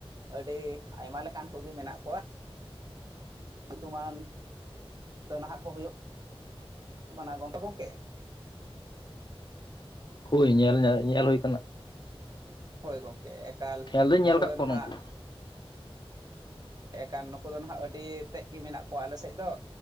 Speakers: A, on the right (about 40°); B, on the left (about 50°).
A: ᱟᱹᱰᱤ ᱟᱭᱢᱟ ᱞᱮᱠᱟᱱ ᱠᱚᱜᱮ ᱢᱮᱱᱟᱜ ᱠᱚᱣᱟ ᱾ ᱧᱩᱛᱩᱢᱟᱱ ᱫᱚ ᱱᱟᱦᱟᱜ ᱠᱚ ᱦᱩᱭᱩᱜ ᱠᱟᱱᱟ, ᱜᱚᱢᱠᱮ ᱜᱚᱢᱠᱮ
B: ᱦᱳᱭ ᱧᱮᱞ ᱧᱮᱞ ᱦᱩᱭ ᱠᱟᱱᱟ ᱾
A: ᱦᱳᱭ ᱜᱚᱝᱠᱮ ᱮᱠᱟᱞ
B: ᱧᱮᱞ ᱫᱚᱧ
A: ᱱᱩᱠᱩ
B: ᱧᱮᱞ ᱠᱟᱜ
A: ᱫᱚ
B: ᱠᱚᱣᱟ
A: ᱱᱟᱦᱟᱜ
B: ᱱᱩᱝᱠᱩ
A: ᱮᱠᱟᱞ ᱱᱩᱠᱩ ᱫᱚ ᱱᱟᱦᱟᱜ ᱟᱹᱰᱤ ᱛᱮᱫ ᱜᱮ ᱢᱮᱱᱟᱜ ᱠᱚᱣᱟ ᱾ ᱟᱞᱮ ᱥᱮᱫ ᱫᱚ